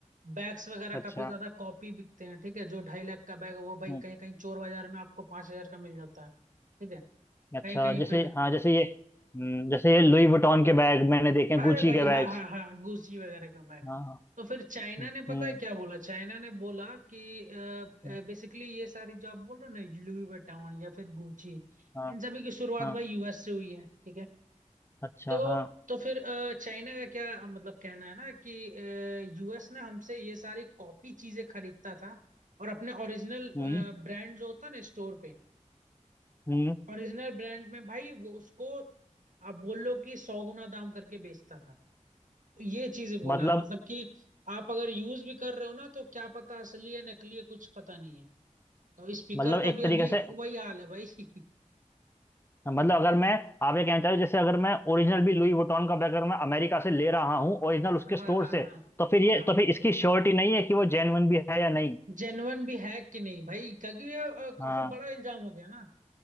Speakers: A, on the right (about 85°); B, on the left (about 20°).
A: बैग्स वगैरह
B: अच्छा
A: काफी ज्यादा कॉपी बिकते हैं ठीक है जो ढाई लाख का बैग है वो भाई
B: हम्म।
A: कहीं कहीं चोर बाजार में आपको पांच हजार का मिल जाता है ठीक है
B: अच्छा
A: कहीं कहीं
B: जैसे
A: पे
B: हाँ जैसे ये हम्म, जैसे ये लुई वुइटन के बैग मैंने देखे हैं
A: अरे
B: गुची
A: भाई
B: के
A: हाँ
B: बैग्स
A: हाँ हाँ गुची वगैरह का बैग
B: हाँ हाँ
A: तो फिर चाइना
B: हम्म
A: ने पता
B: हम्म,
A: है क्या बोला चाइना ने बोला कि
B: हम्म,
A: बेसिकली ये सारी जो आप बोल रहे हो ना लुई विटॉन या फिर गुची
B: हाँ
A: इन सभी की शुरुआत
B: हाँ
A: भाई यूएस से हुई है ठीक है
B: अच्छा
A: तो
B: हाँ
A: तो फिर अ, चाइना का क्या अ, मतलब कहना है ना कि यूएस ने हमसे ये सारी कॉपी चीजें खरीदता था और अपने ओरिजिनल
B: हम्म
A: ब्रांड जो होता है ना स्टोर पे
B: हम्म
A: ओरिजिनल ब्रांड में भाई वो उसको आप बोल लो कि सौ गुना दाम करके बेचता था ये चीजें बोला
B: मतलब
A: है मतलब कि आप अगर यूज भी कर रहे हो ना तो क्या पता असली है नकली है कुछ पता नहीं है तो स्पीकर
B: मतलब
A: का
B: एक
A: भी
B: तरीके
A: अभी
B: से
A: वही हाल है भाई <laughs>
B: मतलब अगर मैं आप ये कहना चाह रहे हो जैसे अगर मैं ओरिजिनल भी लुई वुइटन का बैग अगर मैं अमेरिका से ले रहा हूँ ओरिजिनल उसके
A: हाँ
B: स्टोर
A: हाँ
B: से
A: हाँ
B: तो फिर ये
A: हाँ
B: तो फिर इसकी श्योरिटी नहीं है कि वो जेन्युइन भी है या नहीं
A: जेन्युइन भी है कि नहीं भाई क्योंकि ये अ,
B: हाँ
A: काफी बड़ा इल्जाम हो गया ना